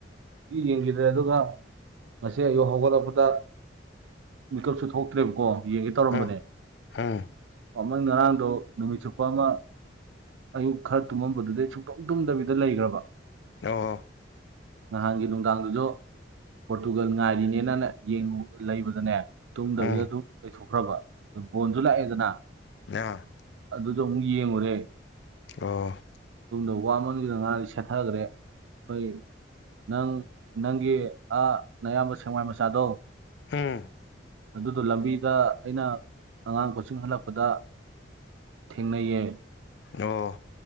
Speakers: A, on the right; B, on the left.
A: ꯌꯦꯡꯈꯤꯗ꯭ꯔꯦ ꯑꯗꯨꯒ ꯉꯁꯤ ꯑꯌꯨꯛ ꯍꯧꯒꯠꯂꯛꯄꯗ ꯃꯤꯀꯞꯁꯨ ꯊꯣꯛꯇ꯭ꯔꯦꯕꯀꯣ ꯌꯦꯡꯉꯦ ꯇꯧꯔꯝꯕꯅꯦ
B: ꯎꯝ ꯎꯝ
A: ꯃꯃꯪ ꯉꯔꯥꯡꯗꯣ ꯅꯨꯃꯤꯠ ꯆꯨꯞꯄ ꯑꯃ ꯑꯌꯨꯛ ꯈꯔ ꯇꯨꯝꯃꯝꯕꯗꯨꯗꯤꯩ ꯁꯨꯡꯛꯇꯣꯛ ꯇꯨꯝꯗꯕꯤꯗ ꯂꯩꯈ꯭ꯔꯕ
B: ꯑ
A: ꯅꯍꯥꯟꯒꯤ ꯅꯨꯡꯗꯥꯡꯗꯨꯁꯨ ꯄꯣꯔꯇꯨꯒꯜ ꯉꯥꯏꯔꯤꯅꯦꯅ ꯌꯦꯡꯨ ꯂꯩꯕꯗꯅꯦ ꯇꯨꯝꯗꯕꯤꯗ
B: ꯎꯝ
A: ꯑꯗꯨꯝ ꯀꯩꯊꯣꯛꯈ꯭ꯔꯕ ꯑꯗꯨ ꯕꯣꯟꯁꯨ ꯂꯥꯛꯑꯦꯗꯅ
B: ꯑ
A: ꯑꯗꯨꯗꯣ ꯑꯃꯨꯛ ꯌꯦꯡꯉꯨꯔꯦ
B: ꯑ
A: ꯇꯨꯡꯗ ꯋꯥꯃꯟꯈꯤꯅ ꯉꯥꯔꯤ ꯁꯦꯠꯊꯈ꯭ꯔꯦ ꯑꯩꯈꯣꯏ ꯅꯪ ꯅꯪꯒꯤ ꯑ ꯑꯌꯥꯝꯕ ꯁꯦꯡꯃꯥꯏ ꯃꯆꯥꯗꯣ
B: ꯍꯝ
A: ꯑꯗꯨꯗꯣ ꯂꯝꯕꯤꯗ ꯑꯩꯅ ꯑꯉꯥꯡ ꯀꯆꯤꯡ ꯍꯜꯂꯛꯄꯗ ꯊꯦꯡꯅꯩꯌꯦ
B: ꯑꯣ